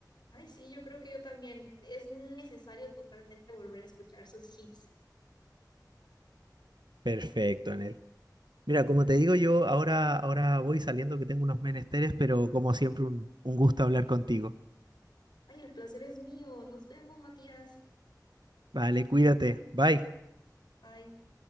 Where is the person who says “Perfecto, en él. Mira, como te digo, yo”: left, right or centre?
Right